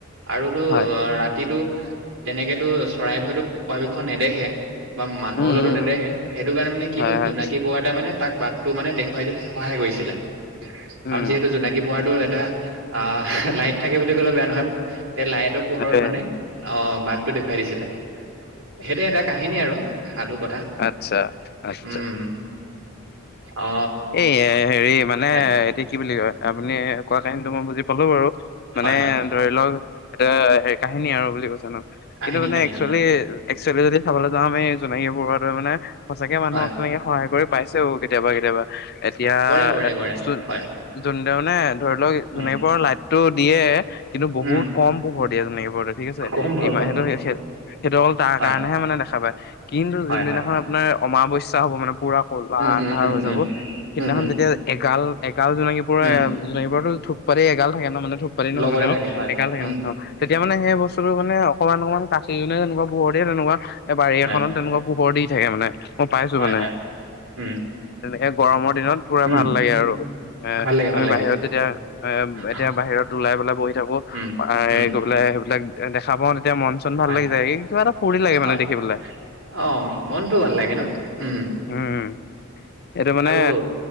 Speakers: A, on the right; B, on the left.
A: আৰু তোৰ
B: হয়
A: অ, ৰাতিটো তেনেকেতো চৰাই বোৰেটো পৰাপক্ষত নেদেখে। বা মানুহলেওতো
B: উম উম
A: নেদেখে,
B: উম
A: সেইটো কাৰণে মানে কি
B: হয়
A: হ'ল
B: হয়
A: জোনাকী পৰুৱাটোৱে মানে তাক বাটটো মানে দেখুৱাই দিয়াত সহায় কৰিছিলে,
B: উম
A: কাৰণ যিহেতু জোনাকী পৰুৱাটো এ টা অ, লাইট থাকে বুলি ক'লেও বেয়া নহয়, এই লাইটৰ পোহৰত
B: তাকে
A: মানে অ, বাটটো দেখুৱাই দিছিল, সেইটো এটা কাহিনী আৰু সাধু কথা
B: আচ্ছা-আচ্ছা।
A: উম অ
B: এই হেৰি মানে,
A: হয়
B: এটো কি বুলি কয় আপুনি কোৱা কাহিনীটো মই বুজি পালোঁ বাৰু, মানে
A: হয় হয়
B: ধৰি লওক এতিয়া হেৰি কাহিনী আৰু বুলি কৈছে ন',
A: কাহিনী
B: কিন্তু মানে
A: কাহিনী
B: একচুৱেলি-একচুৱেলি
A: হয়
B: যদি চাবলৈ যাওঁ আমি জোনাকী পৰুৱাটোৱে মানে সচাকে মানুহক
A: হয়
B: তেনেকে সহায় কৰি পাইছেও কেতিয়াবা-কেতিয়াবা। এতিয়া
A: কৰে কৰে কৰে
B: যোন
A: হয়
B: জোনটো মানে ধৰি লওক জোনাকী
A: উম
B: পৰুৱাৰ লাইটটো দিয়ে কিন্তু বহুত
A: উম
B: কম পোহৰ দিয়ে জোনাকী পৰুৱাটোৱে ঠিক আছে,
A: কম ভৰ
B: <unintelligible>
A: কম ভৰ
B: সেইটো অকল তাৰ
A: হয়
B: কাৰণেহে মানে দেখ খা পাই, কিন্তু
A: হয়
B: যোনদিনাখন
A: হয়
B: আপোনাৰ অমাৱস্যা হ'ব মানে পুৰা কলা
A: উম
B: আন্ধাৰ
A: উম উম
B: হৈ যাব,
A: উম
B: সিদিনাখন
A: উম উম
B: যেতিয়া এগাল গাল জোনাকী পৰুৱা
A: উম
B: এ জোনাকী পৰুৱাটো থোপ পাতি এগাল থাকে ন' মানে থুপ পাতি নহয়
A: লগতে
B: মানে আৰু,
A: থাকে হয়
B: এগাল থাকে
A: উম
B: অ, অ, তেতিয়া মানে সেই বস্তুটো মানে অকনমান-অকনমান কাচি জুনে যেনেকুৱা পোহৰ দিয়ে, তেনেুৱাকুৱা এ বাৰী
A: হয়
B: এখনত তেনেকুৱা পোহৰ দি থাকে মানে, মই পাইছোঁ
A: হয়
B: মানে
A: হয় উম
B: তেনেকে গৰমৰ দিনত পুৰা
A: উম
B: ভাল লাগে আৰু, এ
A: ভাল লাগে
B: আমি
A: ভাল লাগে
B: বাহিৰত যেতিয়া এ
A: অহ,
B: এতিয়া বাহিৰত ওলাই পেলাই বহি থাকো,
A: উম
B: কৈ
A: উম
B: পেলাই সেইবিলাক দেখা পাওঁ তেতিয়া মন চন ভাল
A: হয়
B: লাগি যায়, এই কিবা এটা ফূৰ্তি লাগে
A: হয়
B: মানে দেখিবলৈ।
A: অ' মনটো ভাল লাগে ন? উম,
B: উম এইটো মানে,
A: আৰু